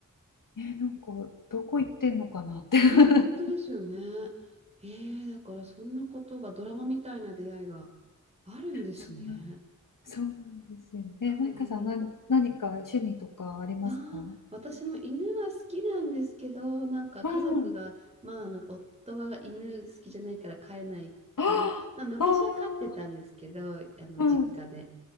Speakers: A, on the left; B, on the right.
A: え、なんかどこ行ってんのかなって
B: ね、
A: <laughs>
B: 本当ですよね。えー、だからそんなことがドラマみたいな出会いがあるんですね。
A: そうなん、そうなんですよね。
B: かわいい。
A: マイカさん、な、何か趣味とかありますか
B: ああ、私も犬は好きなんですけど、なんか家族が、
A: うん。
B: まあなんか夫が犬好きじゃないから飼えないから、
A: ああ、
B: まあ昔は飼ってたんですけど、
A: あ
B: あの実家で。
A: あ、うん。